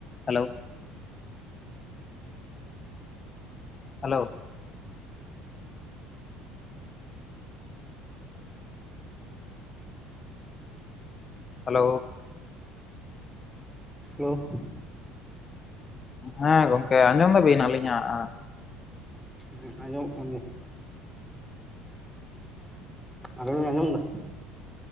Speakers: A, on the left; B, in the centre.
A: Hello hello hello
B: hello
A: ᱦᱮᱸ ᱜᱚᱝᱠᱮ ᱟᱸᱡᱚᱢ ᱫᱟᱵᱤᱱ ᱟᱹᱞᱤᱧᱟᱜ ᱟᱸ,
B: ᱦᱮᱸ ᱟᱸᱡᱚᱢᱚᱜ ᱠᱟᱱ ᱜᱮ᱾ ᱟᱵᱮᱱ ᱵᱮᱱ ᱟᱸᱡᱚᱢᱫᱟ?